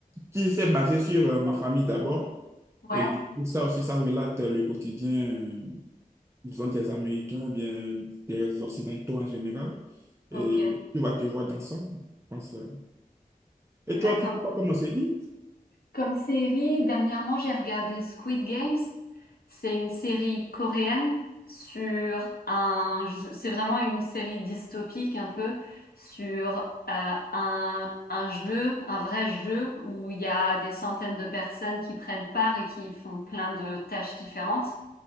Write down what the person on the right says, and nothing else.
qui s'est basée sur euh, ma famille d'abord.
Et du coup, ça aussi, ça relate euh, le quotidien, euh, disons, des Américains ou bien des Occidentaux en général. Et
tu vas te voir dans ça, je pense. euh. Et
toi, tu ne peux pas commencer lire?